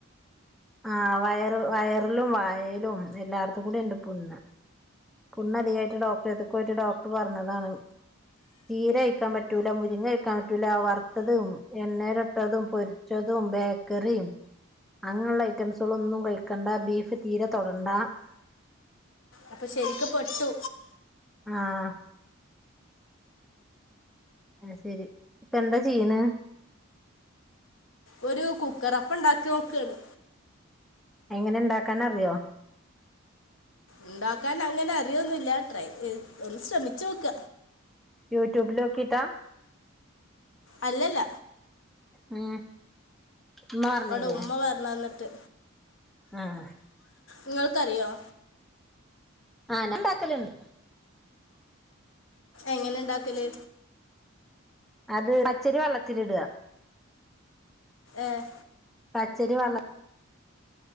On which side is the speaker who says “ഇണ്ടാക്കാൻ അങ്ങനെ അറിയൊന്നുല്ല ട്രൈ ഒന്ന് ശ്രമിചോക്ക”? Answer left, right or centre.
Left